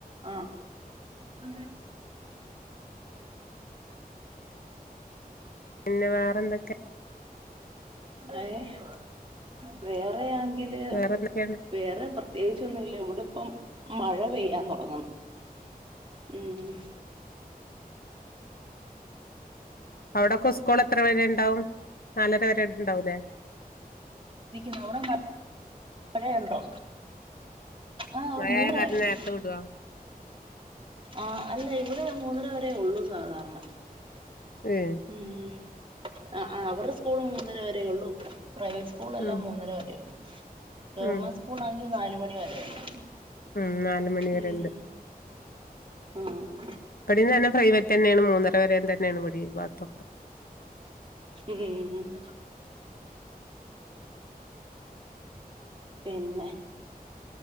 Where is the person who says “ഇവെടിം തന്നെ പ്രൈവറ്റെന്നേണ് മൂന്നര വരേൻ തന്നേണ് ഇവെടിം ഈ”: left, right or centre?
Left